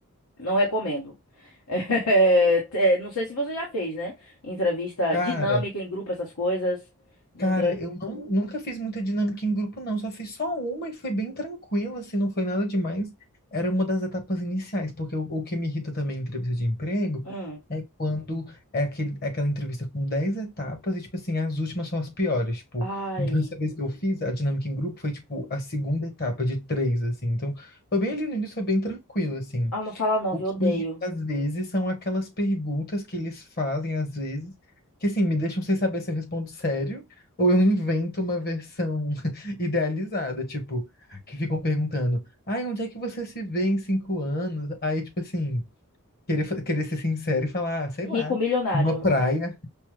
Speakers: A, on the left; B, on the left.
A: não recomendo. <laughs> É, é, não sei se você já fez, né? Entrevista
B: Cara,
A: dinâmica em grupo, essas coisas. De
B: Cara,
A: entre...
B: eu não, nunca fiz muita dinâmica em grupo, não. Só fiz só uma e foi bem tranquila, assim, não foi nada demais. Era uma das etapas iniciais, porque o, o que me irrita também em entrevista de emprego
A: Hum.
B: é quando é aquele, é aquela entrevista com 10 etapas e, tipo assim, as últimas são as piores, tipo.
A: Ai.
B: Então, essa vez que eu fiz a dinâmica em grupo foi, tipo, a segunda etapa de três, assim. Então, foi bem ali no início, foi bem tranquilo, assim.
A: Ah, não fala não,
B: O
A: viu?
B: que
A: Odeio.
B: me irrita às vezes são aquelas perguntas que eles fazem às vezes, que assim, me deixam sem saber se eu respondo sério ou eu invento uma versão <laughs> idealizada, tipo, que ficam perguntando: "Ai, onde é que você se vê em cinco anos?" Aí, tipo assim, querer, fa- querer ser sincero e falar, ah, sei
A: Rico
B: lá,
A: milionário.
B: uma praia,